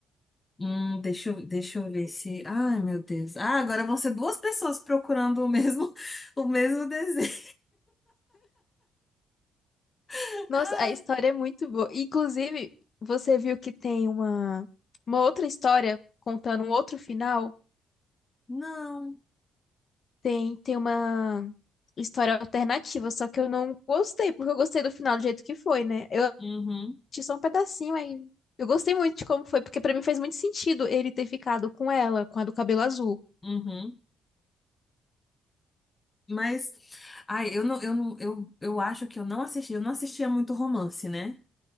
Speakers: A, on the left (about 20°); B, on the left (about 45°).
A: Hum, deixa eu, deixa eu ver se. Ai, meu Deus. Ah, agora vão ser duas pessoas procurando o mesmo, <laughs> o mesmo desenho. <laughs>
B: Nossa, a história
A: Ai,
B: é muito boa. Inclusive, você viu que tem uma, uma outra história contando um outro final?
A: não.
B: Tem, tem uma história alternativa, só que eu não gostei, porque eu gostei do final do jeito que foi, né? Eu
A: Uhum.
B: assisti só um pedacinho aí. Eu gostei muito de como foi, porque pra mim fez muito sentido ele ter ficado com ela, com a do cabelo azul.
A: Uhum. Mas, ai, eu não, eu não, eu, eu acho que eu não assisti, eu não assistia muito romance, né?